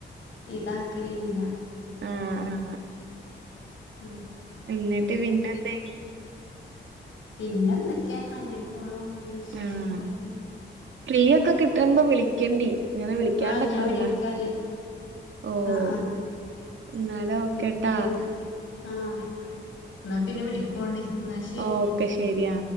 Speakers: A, on the left (about 90°); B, on the right (about 75°).
A: ഇതാക്കലില്ല
B: ആഹ് ആഹ്
A: മ്
B: എന്നിട്ട് പിന്നെന്തയിനി
A: പിന്നെ എന്തൊക്കെയാ അങ്ങനെ പോണു നല്ല വിശേഷങ്ങളാണ്
B: ആഹ് ഫ്രീ ഒക്കെ കിട്ടുമ്പോ വിളിക്കെണ്ടി. ഇങ്ങനെ വിളിക്കാൻ
A: ആഹ്
B: <unintelligible>
A: ഞാൻ വിളിക്കാലേ
B: ഓഹ്
A: ആഹ് ആഹ്
B: എന്നാല് ഓക്കേട്ട
A: പിന്നെ എന്തൊക്കെയാ ആഹ് എന്നാ പിന്നെ വിളിക്കുവാണ്ടി എന്നാ ശരി
B: ഓക്കെ ശരിയാ